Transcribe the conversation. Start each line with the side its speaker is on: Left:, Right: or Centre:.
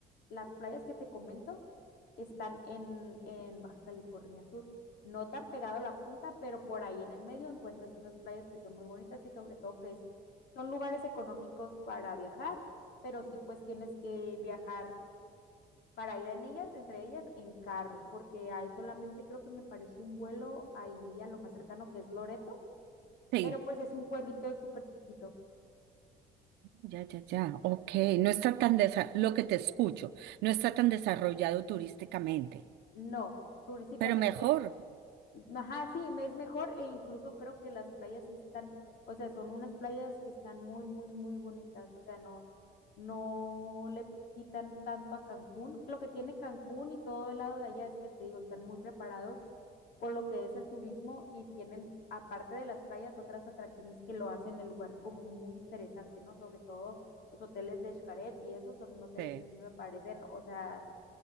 Left: las playas que te comento están en, en Baja California Sur. No tan pegado a la punta, pero por ahí en el medio encuentras esas playas que son muy bonitas y sobre todo que es- son lugares económicos para viajar, pero sí pues tienes que viajar para ir en ellas, entre ellas, en carro, porque ahí solamente creo que me pareció un vuelo ahí a lo más cercano que es Loreto,
Right: Sí.
Left: pero pues es un pueblito súper chiquito.
Right: Ya, ya, ya. Ok, no está tan desa- lo que te escucho, no está tan desarrollado turísticamente,
Left: No, turísticamente
Right: pero mejor.
Left: Ajá, sí, me- es mejor e incluso creo que las playas sí están, o sea, son unas playas que están muy, muy, muy bonitas, o sea, no, no le quitan tanto a Cancún. Lo que tiene Cancún y todo el lado de allá es que te digo, están muy preparados con lo que es el turismo y tienen, aparte de las playas, otras atracciones que lo hacen el lugar como muy interesante, ¿no? Sobre todo los hoteles de Xcaret y esos son hoteles
Right: Sí.
Left: que a mí me parecen, o sea,